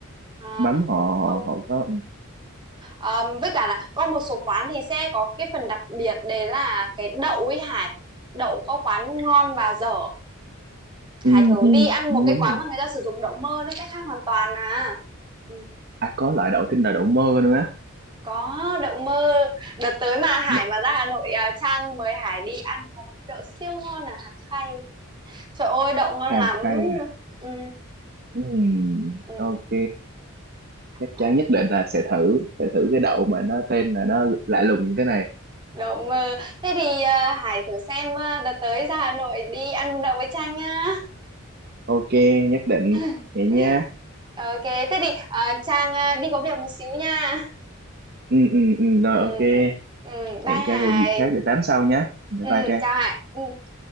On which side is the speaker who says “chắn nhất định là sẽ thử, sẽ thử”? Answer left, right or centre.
Right